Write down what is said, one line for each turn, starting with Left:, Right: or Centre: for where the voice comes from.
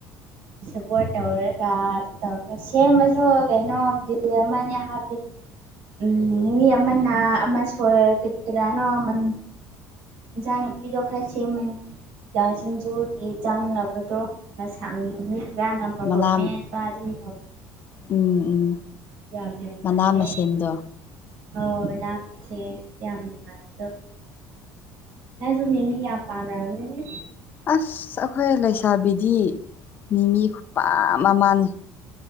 Right: ꯁꯦꯞꯄꯣꯔꯠ ꯇꯧꯔꯒ ꯑꯗꯨꯝ ꯇꯧꯔꯒ ꯁꯦꯝꯃꯁꯨ ꯀꯩꯅꯣ ꯕꯤꯜ ꯑꯃꯅꯦ ꯍꯥꯏꯕꯗꯤ ꯎꯝ ꯃꯤ ꯑꯃꯅ ꯑꯃ ꯁꯣꯏ ꯀꯔꯤ ꯀꯔꯥꯅꯣꯃ ꯏꯟꯖꯥꯡ ꯅꯄꯤꯗꯣ ꯈꯔ ꯁꯦꯝꯃꯅꯤ ꯂꯥ ꯁꯤꯡꯖꯨꯒꯤ ꯆꯪꯅꯕꯗꯣ ꯃꯁꯥꯡ ꯔꯥ ꯅꯝꯕꯔꯗꯣ
Left: ꯃꯅꯥ
Right: ꯃꯦꯠꯄ ꯑꯗꯨꯝ ꯇꯧ
Left: ꯎꯝ ꯎꯝ
Right: ꯌꯥꯝ ꯅꯨꯡꯉꯥꯏꯌꯦ
Left: ꯃꯅꯥ ꯃꯁꯤꯟꯗꯣ
Right: ꯑꯣ ꯅꯥꯝꯁꯦ ꯌꯥꯝ ꯅꯨꯡꯉꯥꯏꯕꯗꯣ ꯅꯪꯁꯨꯨ ꯃꯦꯃꯤ ꯌꯥꯝ ꯄꯥꯝꯔꯝꯃꯅꯤ
Left: ꯑꯁ ꯑꯩꯈꯣꯏ ꯂꯩꯁꯥꯕꯤꯗꯤ ꯃꯤ ꯃꯤ ꯈꯨꯄꯥꯝ ꯑꯃꯃꯥꯅꯤ